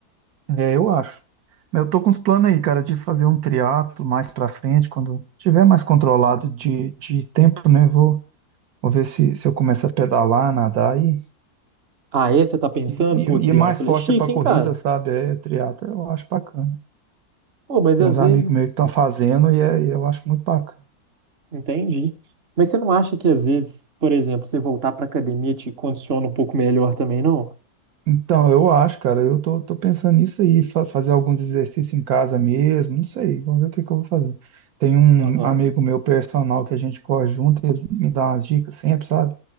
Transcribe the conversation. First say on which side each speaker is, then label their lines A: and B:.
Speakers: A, on the right (about 70°); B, on the right (about 45°).
A: é, eu acho. Mas eu tô com uns planos aí, cara, de fazer um triatlo mais pra frente, quando tiver mais controlado de, de tempo, né? Vou Vou ver se, se eu começo a pedalar, nadar e,
B: Ah, é? Você tá pensando?
A: e, e
B: Pô, triatlo
A: e é mais forte
B: é chique,
A: é para
B: hein,
A: corrida,
B: cara?
A: sabe? É triatlo, eu acho bacana.
B: Pô, mas
A: Tem
B: às
A: uns
B: vezes.
A: amigos meus que estão fazendo e, é- e eu acho muito bacana.
B: Entendi. Mas você não acha que às vezes, por exemplo, você voltar pra academia te condiciona um pouco melhor também, não?
A: Então, eu acho, cara, eu tô, tô pensando nisso aí, fa- fazer alguns exercícios em casa mesmo, não sei, vamos ver o que que eu vou fazer. Tem um
B: Aham.
A: amigo meu personal que a gente corre junto, ele me dá umas dicas sempre, sabe?